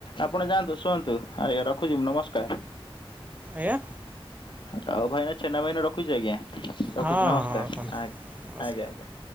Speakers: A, on the left (about 55°); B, on the right (about 15°).
A: ଆପଣ ଯାଆନ୍ତୁ, ଶୁଅନ୍ତୁ, ଆଜ୍ଞା ରଖୁଛି। ନମସ୍କାର।
B: ଆଜ୍ଞା।
A: ହଉ ଭାଇନା ଛେନା ଭାଇନା ରଖୁଛି ଆଜ୍ଞା ରଖୁଛି
B: ହଁ
A: ନମସ୍କାର
B: ହଁ ରଖନ୍ତୁ।
A: ଆ ଆଜ୍ଞା ଅଜ୍ଞା।